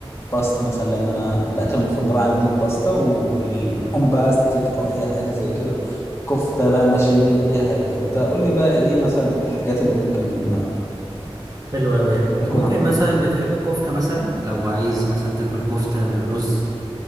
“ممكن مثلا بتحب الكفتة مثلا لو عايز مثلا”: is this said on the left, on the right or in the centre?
Right